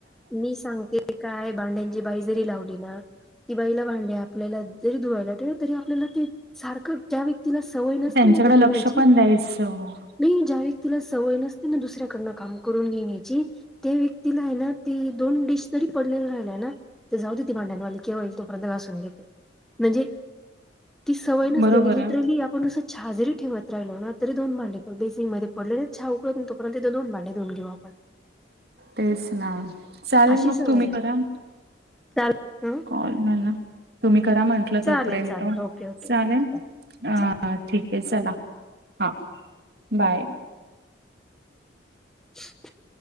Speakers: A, in the centre; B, on the right.
A: मी सांगते. काय भांड्यांची बाई जरी लावली ना ती बाईला भांडडे आपल्याला जरी धुवाय. त आपल्याला सारख त्या व्यक्तीला सवय नसते
B: त्यांच्याकडे
A: ना ते बघायची.
B: लक्ष पण द्यायचं
A: नाही ज्या व्यक्तीला सवय नसते ना दुसऱ्याकडनं काम करून घेण्याची त्या व्यक्तीला आहे ना. ती दोन डिश तरी पडलेली राहिल्या ना ते जाऊ दे ती भांड्यांवाली कवाईल तोपर्यंत घासून घेते. म्हणजे ती सवय नसते
B: बरोबर
A: आणि
B: आहे
A: लिटरली आपण कसं छा जरी ठेवत राहिलो ना तरी दोन भांडे पडली बेसिंगमध्ये पडलेले छा उकळ पर्यंत ती दोन भांडे धुऊन घेऊ आपण.
B: तेच ना, चालेल
A: अशी
B: मग
A: सवय
B: तुम्ही
A: राहते
B: करा
A: चालेल
B: कॉल मला, तुम्ही करा म्हंटलं
A: चालेल
B: तोपर्यंत,
A: चालेल ओके ओके
B: चालेल? अ
A: चालेल
B: ठीक आहे चला. हा बाय.
A: <inaudible>